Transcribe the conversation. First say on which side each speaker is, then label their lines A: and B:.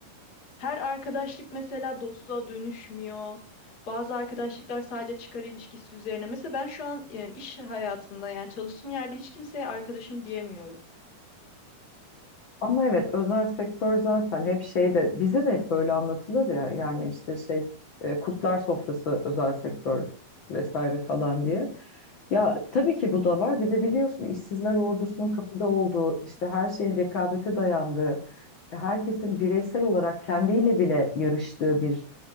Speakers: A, on the left; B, on the left.
A: Her arkadaşlık mesela dostluğa dönüşmüyor. Bazı arkadaşlıklar sadece çıkar ilişkisi üzerine. Mesela ben şu an e, iş hayatında yani çalıştığım yerde hiç kimseye arkadaşım diyemiyorum.
B: Ama evet özel sektör zaten hep şeyde bize de hep böyle anlatılır ya yani işte şey e, kurtlar sofrası özel sektör vesaire falan diye. Ya tabii ki bu da var. Bir de biliyorsun işsizler ordusunun kapıda olduğu, işte her şeyin rekabete dayandığı, herkesin bireysel olarak kendiyle bile yarıştığı bir